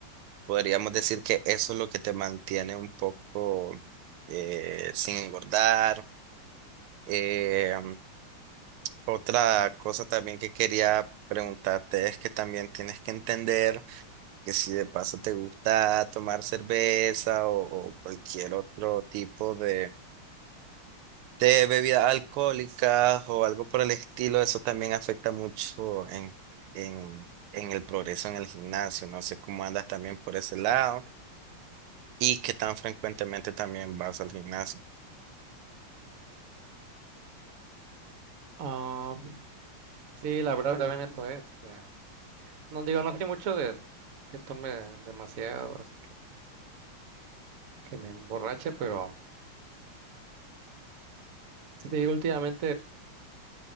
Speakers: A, on the right; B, on the right.
A: podríamos decir que eso es lo que te mantiene un poco eh, sin engordar. Eh, otra cosa también que quería preguntarte es que también tienes que entender que si de paso te gusta tomar cerveza o, o cualquier otro tipo de, de bebidas alcohólicas o algo por el estilo, eso también afecta mucho en, en, en el progreso en el gimnasio. No sé cómo andas también por ese lado y qué tan frecuentemente también vas al gimnasio.
B: Ah, sí, la verdad también eso es. este, No digo, no soy mucho de que tome demasiado, así que, que me emborrache, pero sí, últimamente